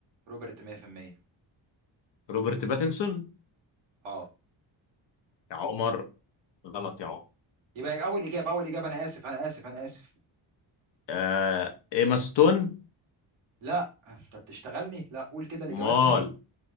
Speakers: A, on the right; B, on the left.
A: روبرت 100%
B: روبرت باتنسون
A: اه
B: يا عمر غلط يا عمر
A: يبقى أول إجابة أول إجابة أنا آسف أنا آسف أنا آسف
B: آه ايما ستون
A: لا أنت بتشتغلني لا قول كده الإجابات
B: مال
A: تاني